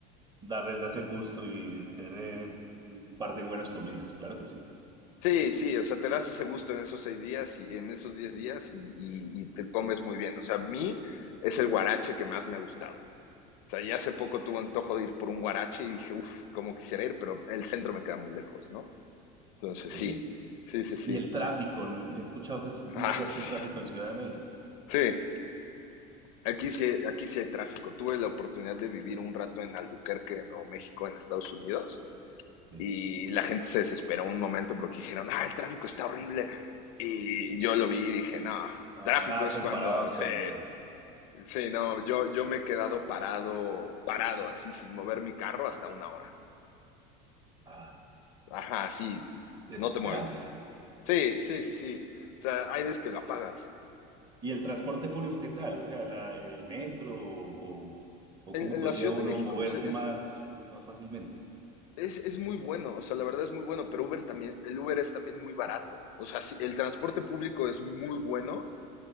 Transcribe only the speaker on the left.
Sí, sí, o sea, te das ese gusto en esos seis días y en esos diez días y, y- y te comes muy bien. O sea, a mí es el guarache que más me ha gustado. O sea, ya hace poco tuve antojo de ir por un guarache y dije, uff, cómo quisiera ir, pero el centro me queda muy lejos, ¿no? Entonces,
sí, sí, sí, sí.
Ah,
<laughs> sí.
Sí, aquí sí, aquí sí hay tráfico. Tuve la oportunidad de vivir un rato en Albuquerque, en Nuevo México, en Estados Unidos.
y la gente se desesperó un momento porque dijeron, ah, el tráfico está horrible. Y yo lo vi y dije, no,
tráfico
es
cuando
se...
Sí, no, yo, yo me he quedado parado, parado, así, sin mover mi carro hasta una hora.
Ajá, sí,
no te mueves. Sí, sí, sí, sí. O sea, hay veces que lo apagas.
En,
en
la Ciudad
de México,
pues es,
es, es muy bueno, o sea, la verdad es muy bueno, pero Uber también, el Uber es también muy barato. O sea, sí, el transporte público es muy bueno,